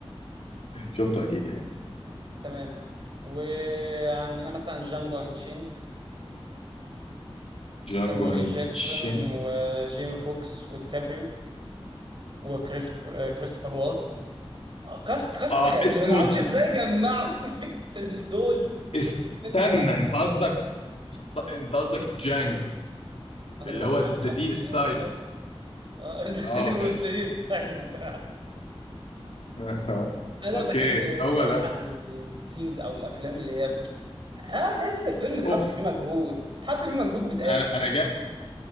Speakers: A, on the left (about 85°); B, on the right (about 55°).
A: شفته اكيد يعني
B: تمام وعندنا مثلا جانجو انشيند
A: جانجو
B: سامويل اي
A: اند
B: جاكسون
A: تشين
B: وجيمي فوكس وديكابريو وكريست كريستوفر والتس كاست كاست
A: اه
B: غريب
A: اسمه
B: انا ما اعرفش ازاي جمعوا <laughs> في دول في
A: استنى
B: فيلم واحد
A: انت قصدك است- انت قصدك جانجو
B: ما انا
A: اللي
B: بقول
A: هو
B: جانجو
A: ذا
B: انشيند
A: دي السايلنت
B: ذا
A: اه ماشي
B: <laughs> ستايل انت
A: <laughs>
B: انا
A: اوكي
B: بحب
A: هو
B: بصراحه
A: ده
B: التيمز او الافلام اللي هي اه تحس الفيلم اتحط
A: اوف
B: فيه مجهود اتحط فيه مجهود بالاخر
A: انا انا
B: <laughs>
A: جا...